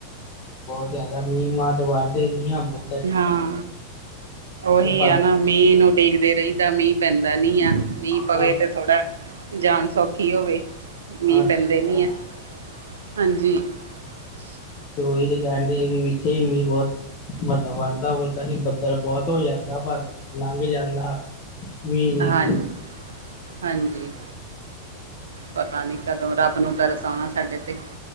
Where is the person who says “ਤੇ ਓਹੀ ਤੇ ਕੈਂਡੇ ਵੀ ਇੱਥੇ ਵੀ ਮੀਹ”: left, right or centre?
Left